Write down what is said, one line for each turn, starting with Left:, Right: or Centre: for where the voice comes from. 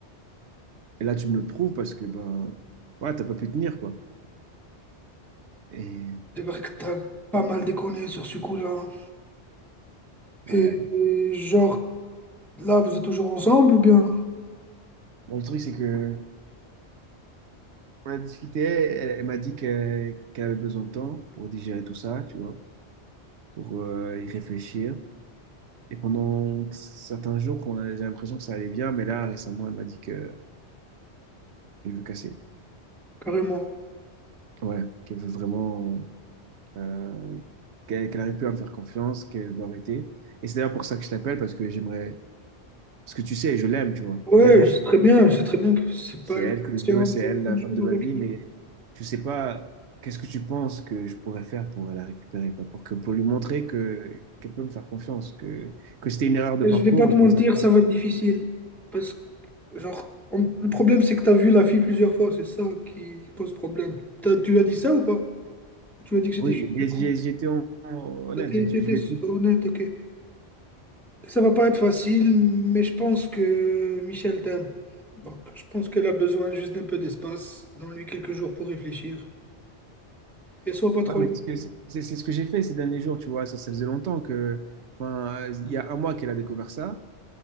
Right: Et là, tu me le prouves parce que, ben, ouais, t'as pas pu tenir, quoi. Et,
Centre: C'est vrai que t'as pas mal déconné sur ce coup-là. hein. Et,
Right: ouais.
Centre: et genre, là, vous êtes toujours ensemble ou bien?
Right: Bon, le truc, c'est que, on a discuté, elle, elle m'a dit que- qu'elle avait besoin de temps pour digérer tout ça, tu vois, pour euh, y réfléchir. Et pendant certains jours, on a j'ai l'impression que ça allait bien, mais là, récemment, elle m'a dit que qu'elle veut casser.
Centre: Carrément.
Right: Ouais, qu'elle veut vraiment, euh, qu'elle qu'elle arrive plus à me faire confiance, qu'elle veut arrêter. Et c'est d'ailleurs pour ça que je t'appelle, parce que j'aimerais, parce que tu sais, je l'aime, tu vois,
Centre: Ouais,
Right: je l'aime,
Centre: c'est très bien, c'est très bien que c'est
Right: C'est
Centre: pas une
Right: elle que
Centre: question
Right: je veux, c'est
Centre: de
Right: elle la
Centre: bonjour
Right: femme de ma
Centre: avec
Right: vie,
Centre: elle.
Right: mais je sais pas, qu'est-ce que tu penses que je pourrais faire pour la récupérer, quoi, pour que, pour lui montrer que qu'elle peut me faire confiance, que, que c'était une erreur de
Centre: Je
Right: parcours,
Centre: vais pas te mentir,
Right: que ça passe.
Centre: ça va être difficile. Parce que, genre, on- le problème, c'est que t'as vu la fille plusieurs fois, c'est ça qui pose problème. T'as- tu lui as dit ça ou pas? Ou tu lui as dit que j'étais
Right: Oui,
Centre: juste
Right: j'ai-
Centre: un con?
Right: j'ai- j'étais hon- honnête,
Centre: T'as- t'es-
Right: j'ai-
Centre: T'étais
Right: je lui ai tout.
Centre: honnête, ok. Ça va pas être facile, mais je pense que Michel t'aime. Donc, je pense qu'elle a besoin juste d'un peu d'espace. Donne-lui quelques jours pour réfléchir. Et sois pas trop
Right: Ouais, mais
Centre: long.
Right: c'est ce que- c'est- c'est ce que j'ai fait ces derniers jours, tu vois, ça, ça faisait longtemps que, enfin, euh, il y a un mois qu'elle a découvert ça,